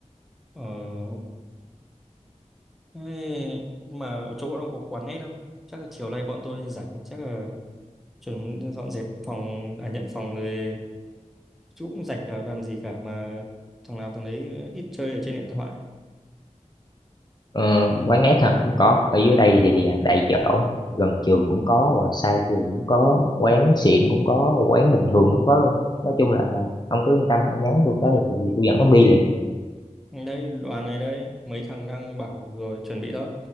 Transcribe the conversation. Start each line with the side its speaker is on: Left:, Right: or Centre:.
Centre: Ờ, ok. Ê, mà ở chỗ bọn ông có quán nét không? Chắc là chiều nay bọn tôi rảnh, chắc là chuẩn dọn dẹp phòng, à nhận phòng rồi chú cũng rảnh chả làm gì cả mà thằng nào thằng đấy ít chơi ở trên điện thoại.
Left: Ờ, quán nét hả có ở dưới đây thì, thì à, đầy chỗ gần trường cũng có và xa trường cũng có quán xịn cũng có quán bình thường cũng có luôn nói chung là à, ông cứ yên tâm ông nhắn tôi cái thì tôi dẫn ông đi liền
Centre: Đây, đoàn này đây, mấy thằng đang bảo rồi chuẩn bị đó.